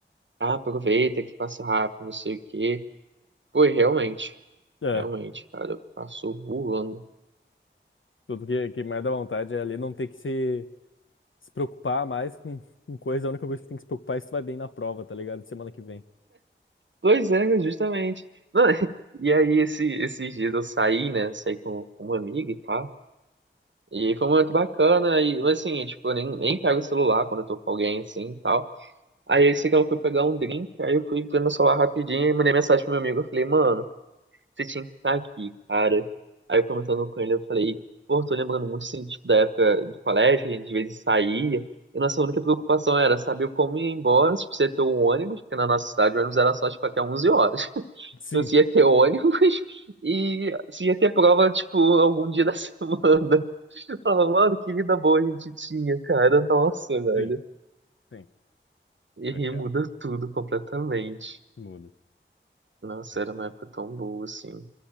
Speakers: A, on the right; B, on the left.
A: ah, aproveita que passa rápido, não sei o quê. Pô, e realmente,
B: É,
A: realmente, cara, passou voando.
B: tudo que, que mais dá vontade é ali não ter que se se preocupar mais com, com coisa, a única coisa que tem que se preocupar é se tu vai bem na prova, tá ligado? de Semana que vem.
A: Pois é, né, justamente. Não, <laughs> e aí, esse, esses dias eu saí, né? Saí com, com uma amiga e tal. E aí foi muito bacana. E, mas assim, tipo, eu nem, nem pego o celular quando eu tô com alguém assim e tal. Aí eu sei que ela foi pegar um drink. Aí eu fui ver meu celular rapidinho e mandei mensagem pro meu amigo. Eu falei, mano, você tinha que estar aqui, cara. Aí eu comentando com ele, eu falei, pô, tô lembrando muito assim, tipo, da época do colégio, que a gente às vezes saía. E nossa única preocupação era saber como ir embora, se precisa ter um ônibus, porque na nossa cidade o ônibus era só, tipo, até 11 horas.
B: Sim,
A: Então, se ia ter ônibus <laughs> e se ia ter prova, tipo, algum dia da <laughs> semana. Eu falava, mano, que vida boa a gente tinha, cara. Nossa, velho.
B: sim, sim.
A: E aí
B: Eu quero.
A: muda tudo completamente.
B: Muda.
A: Nossa,
B: É.
A: era uma época tão boa, assim.